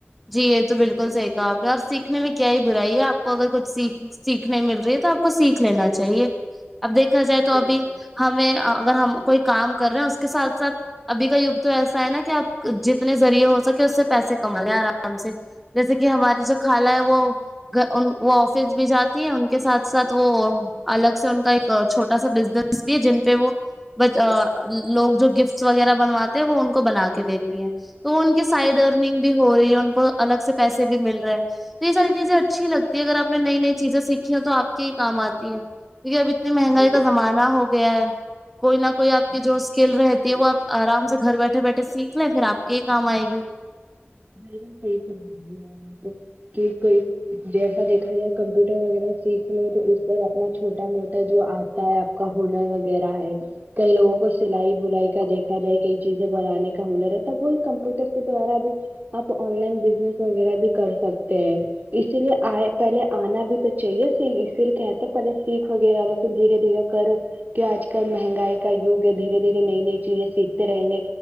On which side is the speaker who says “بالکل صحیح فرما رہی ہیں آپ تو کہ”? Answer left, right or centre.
Right